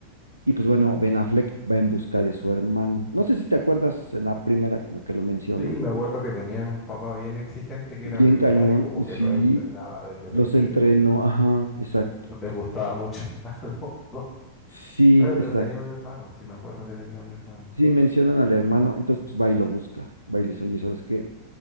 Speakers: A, on the right; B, on the left.
A: Y pues bueno, Ben Affleck va en busca de su hermano. No sé si te acuerdas en la primera como que lo menciona.
B: Sí, me acuerdo que tenían un papá bien exigente que
A: Bien
B: era militar
A: cañón,
B: y como
A: sí,
B: que lo entrenaba desde
A: los
B: pequeño
A: entrenó, ajá, exacto,
B: y no les
A: exacto.
B: gustaba mucho <laughs> a los dos.
A: Sí,
B: Claro,
A: exacto.
B: pero tenía un hermano, sí me acuerdo que tenía un hermano,
A: Sí, mencionan al hermano, entonces pues va y lo busca, va y le dice, oye, ¿sabes qué?